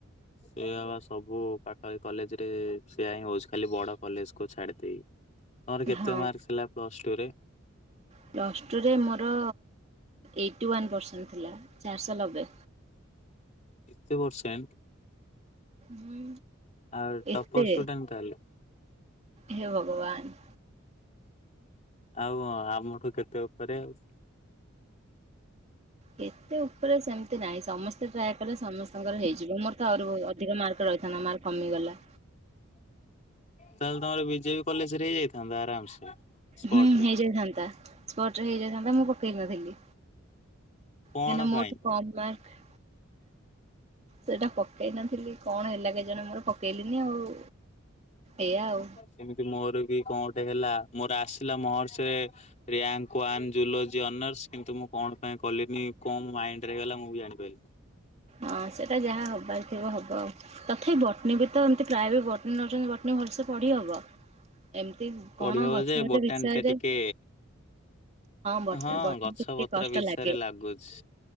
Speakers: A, on the left; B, on the right.
A: ସେ ବା ବା ସବୁ ପାଖ ଏ କଲେଜ ରେ ସେଆ ହିଁ ହଉଚି ଖାଲି ବଡ କଲେଜ କୁ ଛାଡିଦେଇ। ତମର କେତେ
B: ହଁ।
A: ମାର୍କ ହେଥିଲା ପ୍ଲସ ଟୁରେ?
B: ପ୍ଲସ୍ ଟୁରେ ମୋର ଏଇଟି ୱାନ୍ ପରସେଣ୍ଟ ଥିଲା ଚାରିଶହ ଲବେ।
A: ଏତେ ପସେଣ୍ଟ।
B: ହୁଁ
A: ଆଉ ଟପର
B: ଏତେ
A: ଷ୍ଟୁଡେଣ୍ଟ ତାହେଲେ।
B: ହେ ଭଗବାନ।
A: ଆଉ କଣ ଆମଠୁ କେତେ ଉପରେ ଆଉ।
B: କେତେ ଉପରେ ସେମିତି ନାହିଁ ସମସ୍ତେ ଟ୍ରାଏ କଲେ ସମସ୍ତଙ୍କର ହେଇଯିବ ମୋର ତ ଆହୁରି ବୋ ଅଧିକ ମାର୍କ ରହିଥାନ୍ତା ମାର୍କ କମିଗଲା।
A: ତାହେଲେ ତମର ବିଜେପି କଲେଜରେ ହେଇ ଯାଇଥାନ୍ତା ଆରାମସେ। ସ୍ପଟ
B: ହୁଁ
A: ରେ
B: ହେଇଯାଇଥାନ୍ତା ସ୍ପଟରେ ହେଇଯାଇଥାନ୍ତା ମୁଁ ପକେଇକ ନଥିଲି।
A: କଣ
B: ଦେନ ମୋଠୁ
A: ପାଇଁ?
B: କମ ମାର୍କ ସେଟା ପକେଇ ନଥିଲି କଣ ହେଲା କେ ଜାଣି ମୋର ପକେଇଲିନି ଆଉ। ଏଇଆ ଆଉ।
A: ସେମିତି ମୋର ବି କଣ ଗୋଟେ ହେଲା ମୋର ଆସିଲା ମହର୍ଷରେ ରିୟାଙ୍କ ୱାନ ଜୁଲୋଜି ଅନର୍ସ କିନ୍ତୁ ମୁଁ କଣ ପାଇଁ କଲିନି କଣ ମୋ ମାଇଣ୍ଡ ରେ ହେଇଗଲା ମୁଁ ବି ଜାଣିପାରିଲିନି।
B: ହଁ ସେଟା ଯାହା ହବାର ଥିବ ହବ ଆଉ। ତଥାପି ବଟନୀ ବି ତ ଏମିତି ପ୍ରାୟ ବି ବଟନୀ ନଉଛନ୍ତି ବଟନୀ ଭଲସେ ପଢି ହବ। ଏମିତି କଣ
A: ପଢିବ ହବ
B: ଗଛ
A: ଯେ
B: ଗଛ
A: ବଟନୀ
B: ବିଷୟରେ
A: ଟା ଟିକେ
B: ବଟ
A: ହଁ
B: ବଟନୀ
A: ଗଛ
B: ଟିକେ
A: ପତ୍ର
B: କଷ୍ଟ
A: ବିଷୟରେ
B: ଲାଗେ।
A: ଲାଗୁଚି।